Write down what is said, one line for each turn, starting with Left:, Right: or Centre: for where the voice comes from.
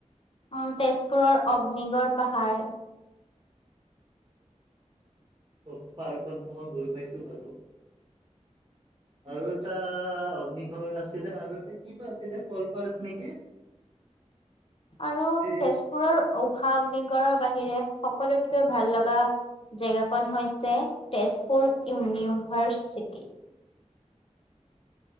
Left: উম তেজপুৰৰ অগ্নিগড় পাহাৰ।
Right: <unintelligible> পাৰ্কত মই গৈ পাইছো বাৰু আৰু এটা অগ্নি বৰ আছিলে আৰু এয়া কি বা আছিলে কল পাৰ্ক নেকি?
Left: আৰু
Right: এই
Left: তেজপুৰৰ ঊষা অগ্নিগড়ৰ বাহিৰে সকলোতকে ভাল লগা জেগা কণ হৈছে তেজপুৰ ইউনিভাৰ্চিটি।